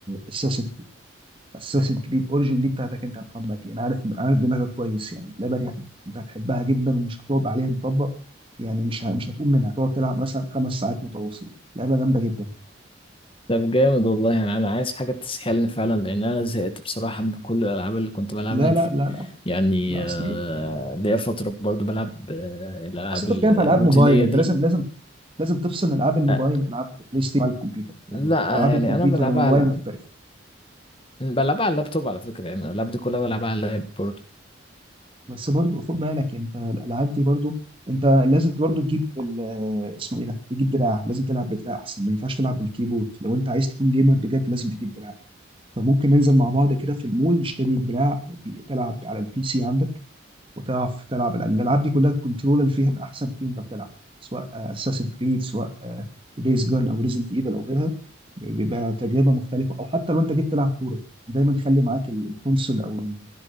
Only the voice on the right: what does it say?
اساسن كريد اساسن كريد اوريجن دي بتاعتك انت يا محمد يعني عارف عارف دماغك كويس يعني اللعبه دي هت- انت هتحبها جدا ومش هتقعد عليها مطبق يعني مش ه- مش هتقوم منها هتقعد تلعب مثلا خمس ساعات متواصله لعبه جامده جدا
لا
لا لا لا
لا
اصلي
اصل انت
بتتكلم في العاب
موبايل انت
لازم لازم لازم تفصل العاب الموبايل
العاب بلاي ستيشن على الكمبيوتر يعني
الالعاب
الكمبيوتر
والموبايل
مختلفه
بس برضو خد بالك انت الالعاب دي برضو انت لازم برضو تجيب ال- اسمه ايه ده تجيب دراع لازم تلعب بدراع احسن ما ينفعش تلعب بالكيبورد لو انت عايز تكون جيمر بجد لازم تجيب دراع فممكن ننزل مع بعض كده في المول نشتري دراع بي- تلعب على البي سي عندك وتعرف تلعب الألعاب الألعاب دي كلها الكنترول اللي فيها من أحسن تيم أنت بتلعب سواء اساسن كريد سواء دايز جون أو ريزنت ايفل أو غيرها بيبقى تجربة مختلفة أو حتى لو أنت جيت تلعب كورة دايما خلي معاك ال- الكونسول أو ال-